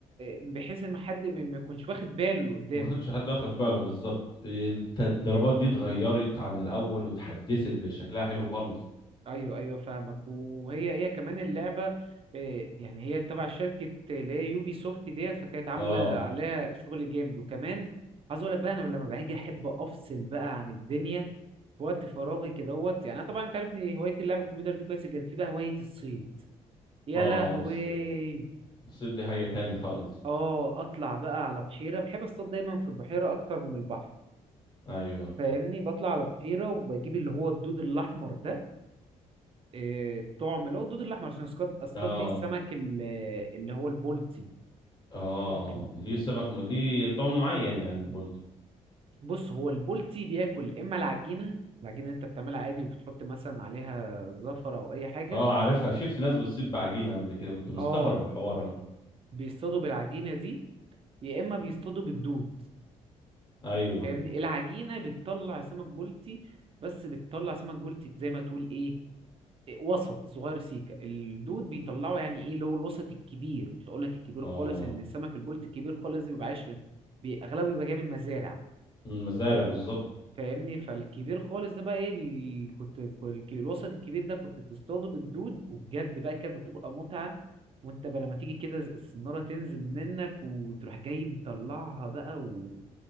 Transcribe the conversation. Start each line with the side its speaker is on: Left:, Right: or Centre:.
Right: بحيث ان حد ما ما يكونش واخد باله اللي قدامه
Left: ما خدش حد واخد باله بالظبط الت- الضربات دي اتغيرت عن الاول واتحدثت بشكلها حلو خالص
Right: ايوه ايوه فاهمك وهي هي كمان اللعبه إيه، يعني هي تبع شركه اللي هي يوبي سوفت ديت فكانت عامله
Left: اه
Right: عليها شغل جامد وكمان عايز اقول لك بقى انا لما باجي احب افصل بقى عن الدنيا في وقت فراغي كدهوت يعني انا طبعا انت عارف ان هوايه اللعب الكمبيوتر دي كويسه جدا في بقى هوايه الصيد يا
Left: اه
Right: لهوي
Left: الصيد الصيد دي حاجة تاني خالص
Right: اه اطلع بقى على بحيره بحب اصطاد دايما في البحيره اكتر من البحر
Left: ايوه
Right: فاهمني بطلع على بحيره وبجيب اللي هو الدود الاحمر ده إيه، الطعم اللي هو الدود الاحمر عشان اصطاد اصطاد
Left: اه
Right: بيه السمك ال- اللي هو البولتي
Left: اه
Right: بياكله
Left: ليه سمك م- ليه طعم معين يعني البولتي
Right: بص هو البولتي بياكل اما العجينه العجينه اللي انت بتعملها عادي وبتحط مثلا عليها زفر او اي حاجه
Left: اه عارفها شفت ناس بتصيد بعجينة قبل كده كنت مستغرب
Right: اه
Left: الحوار انا
Right: بيصطادوا بالعجينه دي يا اما بيصطادوا بالدود
Left: ايوه
Right: فاهمني العجينه بتطلع سمك بولتي بس بتطلع سمك بولتي زي ما تقول ايه وسط صغير سيكا الدود بيطلعوا يعني ايه اللي هو الوسط الكبير مش هقول لك الكبير
Left: اه
Right: خالص ان السمك البلطي الكبير خالص بيبقى عايش في بي- اغلبه بيبقى جاي من مزارع
Left: المزارع بالظبط
Right: فاهمني فالكبير خالص ده بقى ايه ال... كنت الك- الوسط الكبير ده كنت تصطاده بالدود وبجد بقى كانت بتبقى متعة وانت بقى لما تيجي كده السنارة تنزل منك وتروح جاي مطلعها بقى و...